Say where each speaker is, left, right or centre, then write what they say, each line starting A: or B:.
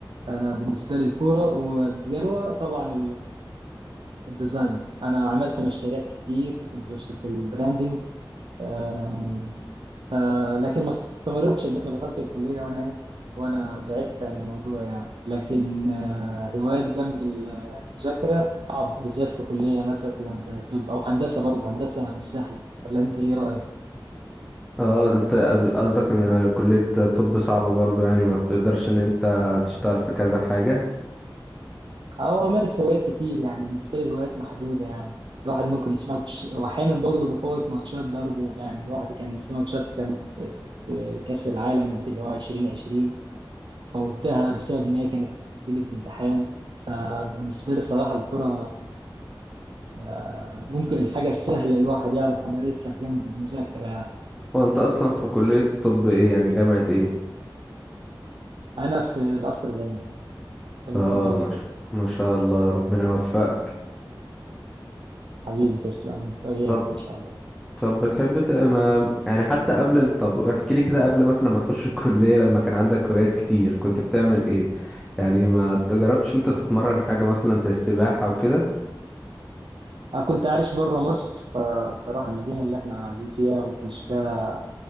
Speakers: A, on the right (about 70°); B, in the centre.
A: فانا بالنسبه لي الكوره وبجانب الكوره طبعا الديزاين انا عملت مشاريع كتير كنت بشتغل في البراندنج أم، ف- لكن ما استمرتش لغاية ما دخلت الكليه وانا ايه وانا بعدت عن الموضوع يعني لكن آه، هوايات جنب ال- المذاكره صعب بالذات في كليه مثلا زي طب او هندسه برضه هندسه مش سهله ولا انت ايه رايك
B: اه انت قصدك ان كلية طب صعبة برضو يعني ما بتقدرش ان انت تشتغل في كذا حاجة
A: او امارس هوايات كتير يعني بالنسبه لي الهوايات محدوده يعني الواحد ممكن يسمع ماتش واحيانا برضه بفوت ماتشات برضه يعني الواحد كان في ماتشات كان في كاس العالم اللي هو 2020 فوتها بسبب ان هي كانت لي في امتحان فبالنسبه لي صراحه الكره آه، ممكن الحاجه السهله الواحد يعرف يمارسها في جنب المذاكره يعني
B: هو انت اصلا في كلية طب ايه يعني جامعة ايه
A: انا في القصر العيني كليه
B: اه
A: الطب الازهري
B: ما شاء ما شاء الله ربنا يوفقك
A: حبيبي تسلم انت وياك
B: طب
A: ان شاء الله
B: طب بتحب ت- ما يعني حتى قبل ال- طب احكي لي كده قبل مثلا ما تخش الكلية لما كان عندك هوايات كتير كنت بتعمل ايه يعني ما جربتش انت تتمرن حاجة مثلا زي السباحة وكده
A: انا كنت عايش بره مصر فالصراحه المدينه اللي احنا قاعدين فيها ما كانش فيها